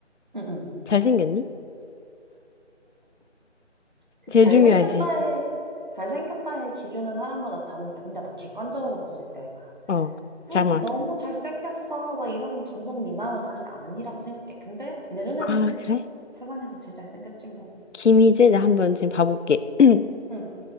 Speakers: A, on the right; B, on the left.
A: 응, 응.
B: 잘생겼니?
A: 그
B: 제일
A: 잘생겼다의,
B: 중요하지.
A: 잘생겼다의 기준은 사람마다 다르니까. 근데 막 객관적으로 봤을 때, 막,
B: 어,
A: 아이,
B: 잠깐만.
A: 너무 잘생겼어. 막 이런 정성 미남은 사실 아니라고 생각해. 근데 내 눈에는
B: 아, 그래?
A: 세상에서 제일 잘생겼지, 뭐.
B: 김희재, 나 한번 지금 봐볼게. <clears throat>
A: 응.